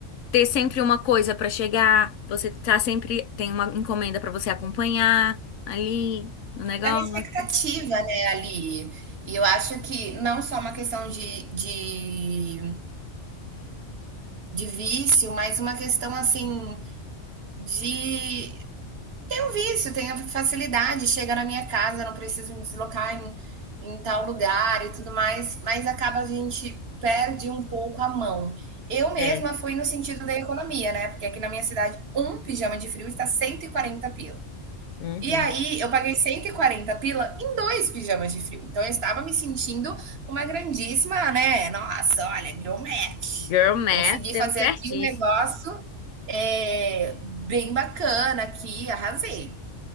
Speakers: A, on the left; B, on the right.
A: ter sempre uma coisa pra chegar, você tá sempre, tem uma encomenda pra você acompanhar ali no negócio.
B: É uma expectativa, né, ali. E eu acho que não só uma questão de, de, de vício, mas uma questão assim de um vício, tenho facilidade, chega na minha casa, não preciso me deslocar em, em tal lugar e tudo mais, mas acaba a gente perde um pouco a mão. Eu mesma
A: é.
B: fui no sentido da economia, né? Porque aqui na minha cidade, um pijama de frio está 140 pila.
A: Uhum.
B: E aí, eu paguei 140 pila em dois pijamas de frio. Então, eu estava me sentindo uma grandíssima, né? Nossa, olha, deu match.
A: Girl
B: Consegui
A: math deu
B: fazer
A: certíssimo.
B: aqui um negócio é, bem bacana aqui, arrasei.